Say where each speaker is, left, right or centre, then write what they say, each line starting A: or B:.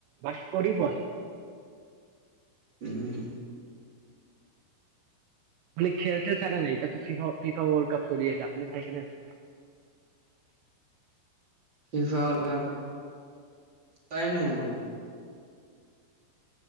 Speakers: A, on the right; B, on the right.
A: বাকী কৰি পোৱা নাই।
B: উম উম।
A: আপুনি খেল - চেল চাই নে এতিয়াতো ফিফা ফিফা ৱৰ্ল্ড কাপ চলি আছে আপুনি চাইছেনে নাই?
B: ফিফা ৱৰ্ল্ড কাপ পাই না মই।